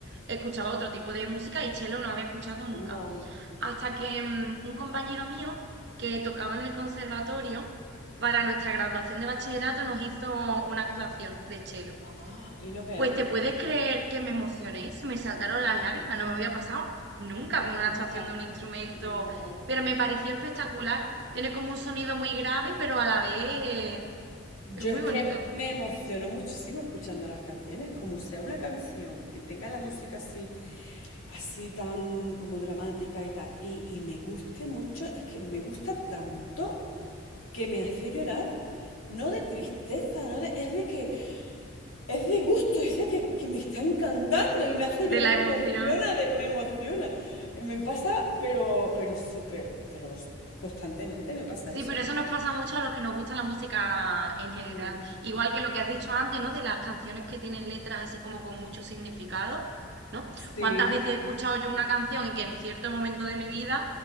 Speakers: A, on the right (about 55°); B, on the left (about 80°).
A: escuchaba otro tipo de música y cello no había escuchado nunca.
B: no, no.
A: Hasta que mm, un compañero mío que tocaba en el conservatorio, para nuestra graduación de bachillerato nos hizo una actuación de cello.
B: Ah, y no vea,
A: Pues
B: ¿no?
A: te puedes creer que me emocioné, se me saltaron las lágrimas, no me había pasado nunca con una
B: Nunca.
A: actuación de un instrumento,
B: No.
A: pero me pareció espectacular. Tiene como un sonido muy grave, pero a la vez eh,
B: Yo
A: es muy
B: es que
A: bonito,
B: me emociono muchísimo escuchando las canciones, como sea una canción que tenga la música así, así tan como dramática y tal, y, y me guste mucho, es que me gusta tanto que me hace llorar, no de tristeza, no de, es de que, es de gusto, es de que, que me está encantando y me hace
A: de
B: llorar,
A: la
B: me
A: emoción.
B: emociona, de- me emociona. Me pasa, pero, pero súper, pero constantemente me pasa
A: Sí,
B: eso.
A: pero eso nos pasa mucho a los que nos gusta la música en general.
B: Mm,
A: Igual que lo que has dicho antes, ¿no? De las canciones que tienen letras así como con mucho significado, ¿no?
B: Sí.
A: ¿Cuántas veces he escuchado yo una canción y que en cierto momento de mi vida